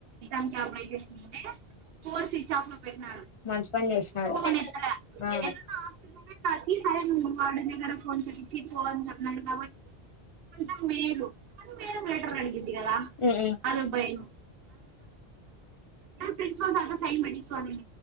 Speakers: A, on the right; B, on the left.
A: <unintelligible> చేసుంటే ఫోన్ స్వీచ్ అప్ లో పెట్టినాడు
B: మంచి పని చేసినాడు
A: ఫొన్ ఎత్తల
B: ఆ
A: నిను నా హాస్టల్ లొనే <unintelligible> తాక సరే వాడుగర కొంచెం తిని పొ అన్నారు నాకు నవ్వు వచ్చింది మేలు <unintelligible>
B: ఉమ్
A: అదే భయం ప్రిన్సిపాల్ సార్ తో సైన్ పెట్టించుకొమే